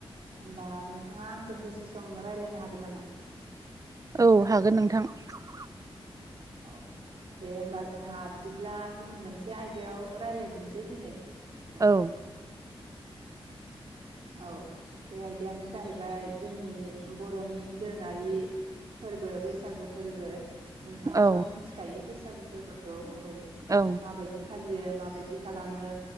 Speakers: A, on the right; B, on the right.
A: होमबा नोंथाङा आंजों दसे सम रायज्लायनो हागोन नामा?
B: औ हागोन नोंथां ।
A: औ दे होनोमबा जोंहा बिदिब्ला गुबुन मोनसे आयदायाव रायज्लायदिनसै दिनै।
B: औ
A: औ बे आयदायानो जाहैबाय जोंनि बर'नि दोरोङारि फोरबो बैसागु फोरबो । नोंथाङाबो
B: औ
A: मिथिखायो बैसागु बैसागु फोरबोखौ । औ
B: औ
A: माबायदि फालियो माबायदि बिदि खालामो?